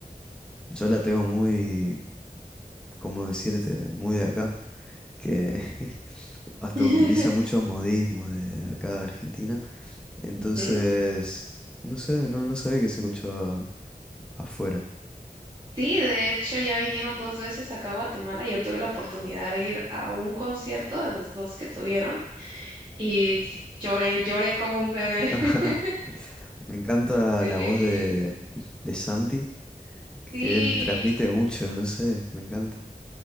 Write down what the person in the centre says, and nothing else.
yo la tengo muy, ¿cómo decirte? Muy de acá, que <laughs> hasta
utiliza muchos modismos de acá de Argentina. Entonces,
no sé, no, no sabía que se escuchaba afuera.
<laughs>
Me encanta
la voz de, de Santi.
que él transmite mucho, no sé, me encanta.